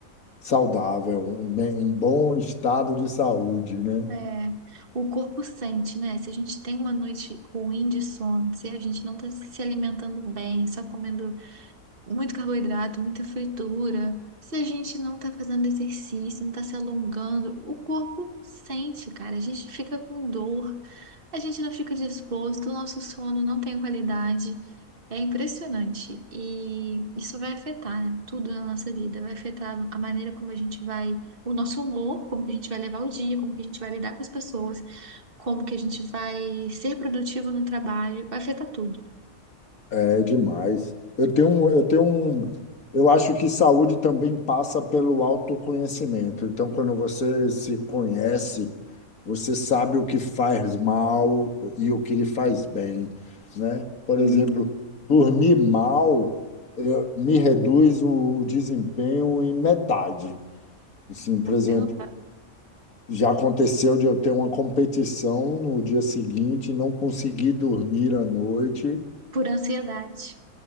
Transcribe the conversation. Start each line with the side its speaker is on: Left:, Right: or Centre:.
Left: saudável, em bem- em bom estado de saúde, né?
Right: É, o corpo sente, né? Se a gente tem uma noite ruim de sono, se a gente não tá se alimentando bem, só comendo muito carboidrato, muita fritura. Se a gente não tá fazendo exercício, não tá se alongando, o corpo sente, cara. A gente fica com dor, a gente não fica disposto, o nosso sono não tem qualidade. É impressionante. E isso vai afetar, né, tudo na nossa vida. Vai afetar a maneira como a gente vai, o nosso humor, como que a gente vai levar o dia, como que a gente vai lidar com as pessoas, como que a gente vai ser produtivo no trabalho. Vai afetar tudo.
Left: É demais. Eu tenho, um- eu tenho, um- eu acho que saúde também passa pelo autoconhecimento. Então, quando você se conhece, você sabe o que faz mal e o que lhe faz bem, né? Por
Right: Uhum.
Left: exemplo, dormir mal, eu- me reduz o desempenho em metade. Assim, por exemplo,
Right: É uma-
Left: já aconteceu de eu ter uma competição no dia seguinte, não conseguir dormir à noite
Right: Por ansiedade.